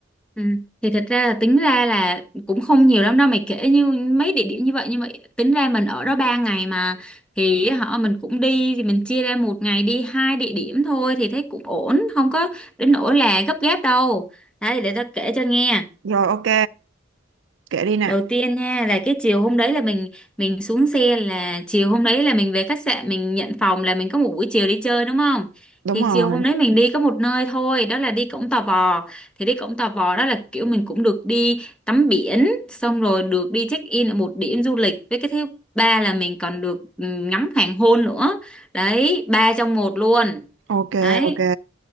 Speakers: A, in the centre; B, on the right (about 65°).
A: Ừ. Thì thật ra là tính ra là cũng không nhiều lắm đâu mày kể như mấy địa điểm như vậy như vậy tính ra mình ở đó 3 ngày mà thì họ mình cũng đi thì mình chia ra một ngày đi hai địa điểm thôi thì thấy cũng ổn không có đến nỗi là gấp gáp đâu đấy để tao kể cho nghe
B: rồi ok kể đi nè
A: đầu tiên nha là cái chiều hôm đấy là mình mình xuống xe là chiều hôm đấy là mình về khách sạn mình nhận phòng là mình có một buổi chiều đi chơi đúng không
B: đúng
A: thì
B: rồi
A: chiều hôm đấy mình đi có một nơi thôi đó là đi Cổng Tò Vò thì đi Cổng Tò Vò đó là kiểu mình cũng được đi tắm biển xong rồi được đi check in ở một điểm du lịch với cái thứ ba là mình còn được ừ, ngắm hoàng hôn nữa đấy ba trong một luôn
B: ok
A: đấy
B: ok